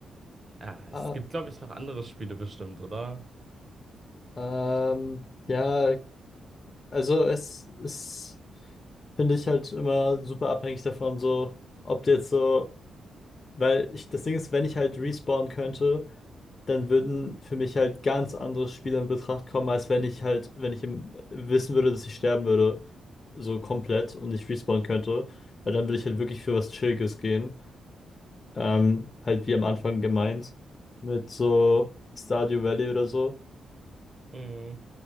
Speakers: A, on the right; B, on the left.
A: Ah, es
B: Ah,
A: gibt glaube ich noch andere Spiele bestimmt, oder?
B: ähm, ja, Also es ist, finde ich halt immer super abhängig davon, so, ob du jetzt so, weil ich, das Ding ist, wenn ich halt respawnen könnte, dann würden für mich halt ganz andere Spiele in Betracht kommen, als wenn ich halt, wenn ich im, wissen würde, dass ich sterben würde, so komplett und nicht respawnen könnte, weil dann würde ich halt wirklich für was Chilliges gehen, ähm, halt wie am Anfang gemeint, mit so Stardew Valley oder so,
A: Mm.